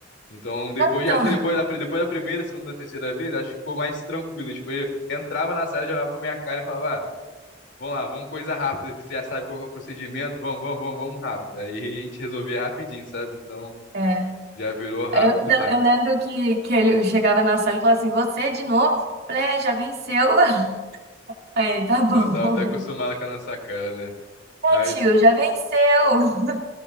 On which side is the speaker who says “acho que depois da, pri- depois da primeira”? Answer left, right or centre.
Left